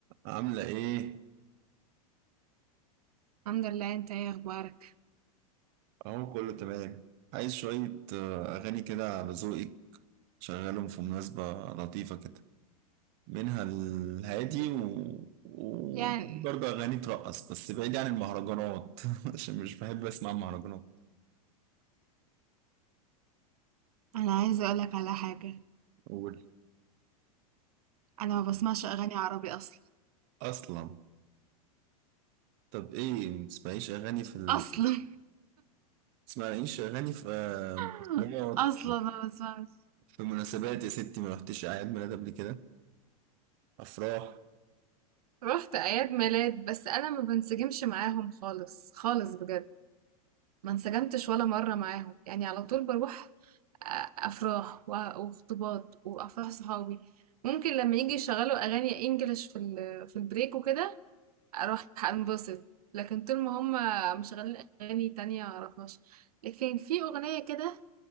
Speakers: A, on the right (about 35°); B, on the right (about 85°).
A: عاملة إيه؟
B: الحمد لله انت ايه اخبارك
A: أهو كله تمام عايز شوية آه، أغاني كده على ذوقك شغالهم في مناسبة لطيفة كده منها الهادي و... وبرضه
B: يعني
A: أغاني ترقص بس بعيد عن المهرجانات <laughs> عشان مش بحب أسمع مهرجانات
B: انا عايزه اقولك على حاجه
A: قول
B: انا ما بسمعش اغاني عربي اصلا
A: أصلا طب إيه متسمعيش أغاني في ال...
B: اصلا
A: متسمعيش أغاني في آه،
B: <laughs>
A: مناسبات
B: اصلا ما بسمعش
A: في مناسبات يا ستي ما رحتش أعياد ميلاد قبل كده أفراح
B: رحت اعياد ميلاد بس انا ما بنسجمش معاهم خالص خالص بجد ما انسجمتش ولا مره معاهم يعني على طول بروح أ- افراح و- وخطوبات وافراح صحابي ممكن لما يجي يشغلوا اغاني انجلش في ال- في البريك وكده اروح انبسط لكن طول ما هم مشغلين اغاني تانية معرفهاش لكن في اغنية كده